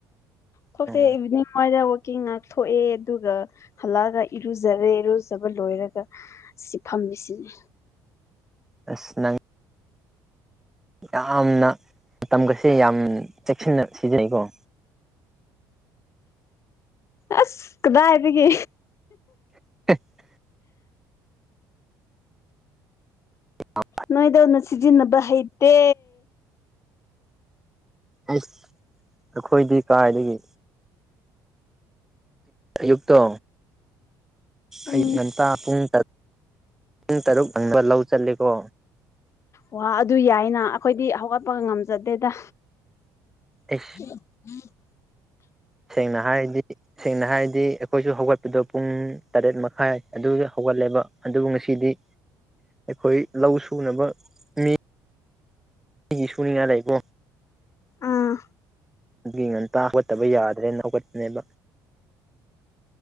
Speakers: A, on the left (about 40°); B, in the centre.
A: ꯊꯣꯛꯇꯦ
B: ꯎꯝ
A: ꯏꯚꯤꯅꯤꯡ ꯑꯗꯨꯋꯥꯏꯔ ꯀꯤꯡ ꯉꯥꯛꯊꯣꯛꯑꯦ ꯑꯗꯨꯒ ꯍꯜꯂꯛꯑꯒ ꯏꯔꯨꯖꯔꯦ ꯏꯔꯨꯖꯕ ꯂꯣꯏꯔꯒ ꯁꯤ ꯐꯝꯃꯤ ꯁꯤꯅꯤ
B: ꯑꯁ ꯅꯪ ꯌꯥꯝꯅ ꯃꯇꯝꯒꯁꯦ ꯌꯥꯝ ꯆꯦꯛꯁꯤꯟꯅ ꯁꯤꯖꯤꯟꯅꯩꯀꯣ
A: ꯑꯁ ꯀꯗꯥꯏꯗꯒꯤ
B: <unintelligible> ꯑ
A: ꯅꯣꯏꯗꯧꯅ ꯁꯤꯖꯤꯅꯕ ꯍꯩꯇꯦ
B: ꯑꯁ ꯑꯩꯈꯣꯏꯗꯤ ꯀꯥꯏꯗꯒꯤ ꯑꯌꯨꯛꯇꯣ
A: ꯎꯝ
B: ꯑꯌꯨꯛ ꯉꯟ ꯍꯞꯇꯥ ꯄꯨꯡ ꯇꯔꯨꯛ ꯄꯨꯡ ꯇꯔꯨꯛ ꯍꯪꯕ ꯂꯧ ꯆꯠꯂꯦꯀꯣ
A: ꯋꯥꯍ ꯑꯗꯨ ꯌꯥꯏꯅ ꯑꯩꯈꯣꯏꯗꯤ ꯍꯧꯒꯠꯄꯒ ꯉꯝꯖꯗꯦꯗ
B: ꯑꯦ
A: <inaudible>
B: ꯁꯦꯡꯅ ꯍꯥꯏꯔꯗꯤ ꯁꯦꯡꯅ ꯍꯥꯏꯔꯗꯤ ꯑꯩꯈꯣꯏꯁꯨ ꯍꯧꯒꯠꯄꯗꯣ ꯄꯨꯡ ꯇꯔꯦꯠ ꯃꯈꯥꯏ ꯑꯗꯨ ꯍꯧꯒꯠꯂꯦꯕ ꯑꯗꯨꯕꯨ ꯉꯥꯁꯤꯗꯤ ꯑꯩꯈꯣꯏ ꯂꯧ ꯁꯨꯅꯕ ꯃꯤ ꯃꯤꯒꯤ ꯁꯨꯅꯤꯡꯉꯥꯏ ꯂꯩꯀꯣ
A: ꯑꯥ
B: ꯑꯗꯨꯒꯤ ꯉꯟꯇꯥ ꯍꯧꯒꯠꯇꯕ ꯌꯥꯗ꯭ꯔꯦꯅ ꯍꯧꯒꯠꯄꯅꯦꯕ